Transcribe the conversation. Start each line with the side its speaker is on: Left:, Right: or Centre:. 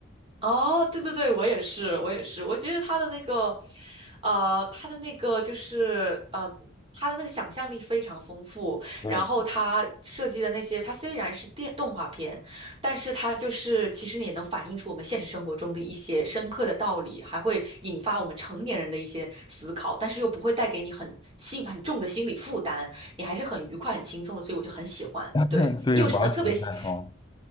Right: 哦，对对对，我也是，我也是，我觉得他的那个，呃，他的那个就是呃，他的那个想象力非常丰富，
Left: 对，
Right: 然后他设计的那些，他虽然是电动画片，但是他就是其实也能反映出我们现实生活中的一些深刻的道理，还会引发我们成年人的一些思考，但是又不会带给你很心很重的心理负担。你还是很愉快、很轻松的，所以我就很喜欢。
Left: <laughs>
Right: 对，
Left: 对，
Right: 你有什么特别喜，
Left: 完全赞同。